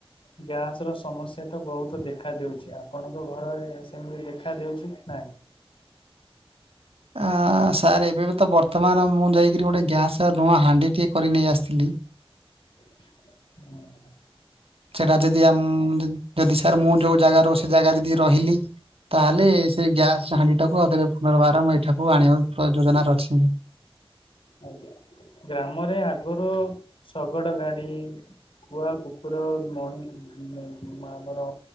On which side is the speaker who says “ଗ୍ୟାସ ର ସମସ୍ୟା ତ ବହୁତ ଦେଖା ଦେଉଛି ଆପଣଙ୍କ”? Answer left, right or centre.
Left